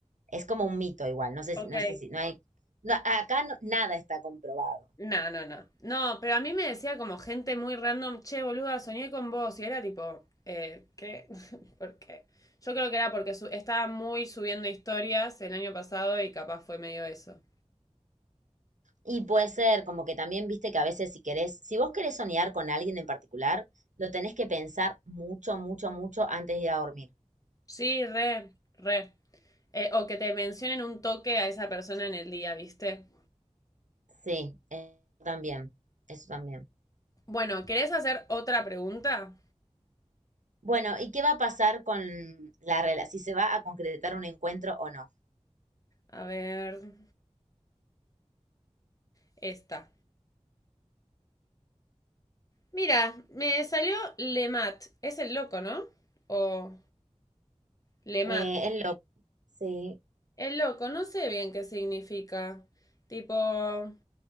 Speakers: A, on the right (about 90°); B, on the left (about 30°).
A: Es como un mito igual. No sé
B: Ok.
A: si, no sé si, no hay, no, acá no- nada está comprobado.
B: No, no, no. No, pero a mí me decía como gente muy random, che, boluda, soñé con vos. Y era tipo, eh, ¿qué? <laughs> ¿Por qué? Yo creo que era porque su- estaba muy subiendo historias el año pasado y capaz fue medio eso.
A: Y puede ser como que también viste que a veces si querés, si vos querés soñar con alguien en particular, lo tenés que pensar mucho, mucho, mucho antes de ir a dormir.
B: Sí, re, re. Eh, o que te mencionen un toque a esa persona en el día, ¿viste?
A: Sí, eso también, eso también.
B: Bueno, ¿querés hacer otra pregunta?
A: Bueno, ¿y qué va a pasar con la relación? Si se va a concretar un encuentro o no.
B: A ver, esta. Mira, me salió Lemat. Es el loco, ¿no? O Lemat.
A: Eh, es loco. Sí,
B: El loco, no sé bien qué significa. Tipo,